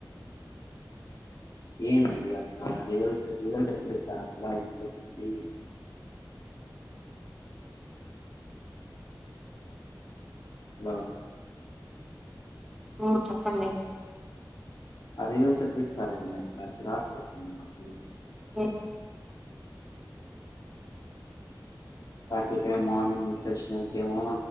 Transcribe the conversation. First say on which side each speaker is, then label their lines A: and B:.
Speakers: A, on the left; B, in the centre.
A: ఏమండీ అసలా రిజల్ట్ రిజల్ట్ పెడతారు అసలుకే తినవా
B: ఆ చెప్పండి
A: అరెంజ్ మెంట్స్ ఎపుడు చేస్త రండి నాకు చిరాకు పుడుతోంది
B: ఉమ్
A: కాసపు మార్నింగ్ సెక్షన్ ఏమో